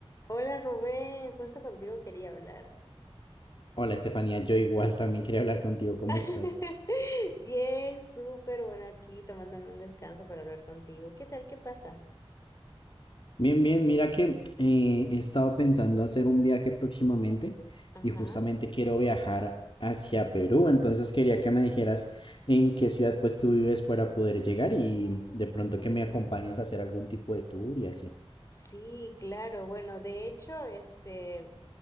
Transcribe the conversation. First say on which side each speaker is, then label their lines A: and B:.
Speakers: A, on the left (about 30°); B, on the left (about 55°).
A: Hola Rubén, justo contigo quería hablar.
B: Hola Estefanía, yo igual también quería hablar contigo. ¿Cómo
A: <laughs>
B: estás?
A: Bien, súper bueno aquí tomándome un descanso para hablar contigo. ¿Qué tal? ¿Qué pasa?
B: Bien, bien. Mira que eh, he estado pensando hacer un viaje próximamente
A: Ajá.
B: y justamente quiero viajar hacia Perú. Entonces quería que me dijeras en qué ciudad pues tú vives para poder llegar
A: Mm.
B: y de pronto que me acompañes a hacer algún tipo de tour y así.
A: Sí, claro. Bueno, de hecho, este,